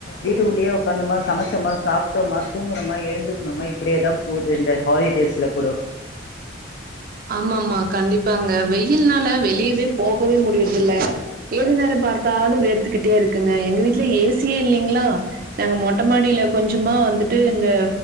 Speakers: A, on the left; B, on the right.
A: வீட்டுக்குல்லையே உக்காந்தோமா சமச்சோமா சாப்ட்டோமா தூங்குணுமா எழுந்துக்ணுமா இப்டியேதா போது இந்த ஹாலிடேஸ்ல கூடோ
B: ஆமா ஆமா கண்டிப்பாங்க வெயில்னால வெளியவே போகவே முடியற்தில்ல ஏது நேரோ பாத்தாலு வேத்துக்குட்டே இருக்குங்க எங்க வீட்ல ஏசியே இல்லைங்ளா நாங்க மொட்ட மாடில கொஞ்சமா வந்துட்டு இந்த